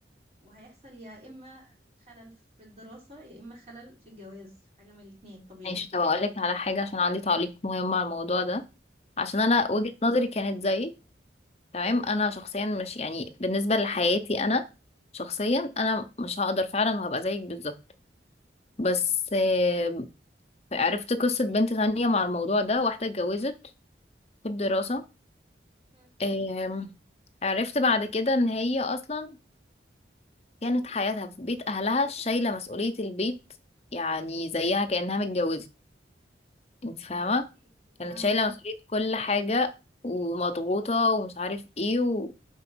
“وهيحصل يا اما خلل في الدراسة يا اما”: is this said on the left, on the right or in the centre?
Right